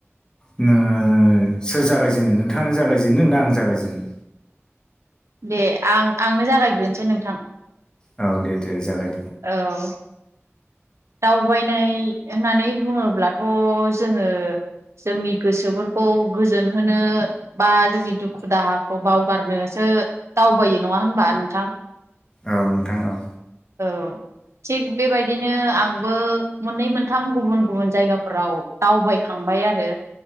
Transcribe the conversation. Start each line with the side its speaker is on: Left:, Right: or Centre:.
Left: ओनो सोर जागायजेनो नोंथांनो जागायजेनो आं जागायजेनो?
Right: दे आं आंनो जागायग्रोनोसै नोंथां।
Left: औ दे दे जागाय।
Right: औ। दावबायनाय होननानै बुङोब्लाथ' जोङो जोंनि गोसोफोरखौ गोजोन होनो बा जोंनि दुखु दाहाखौ बावगारनोसो ओ दावबायो नङा होनबा नोंथां
Left: औ नोंथां औ
Right: औ थिग बेबायदिनो आं आंबो मोननै मोनथाम गुबुन गुबुन जायगाफोराव दावबायखांबाय आरो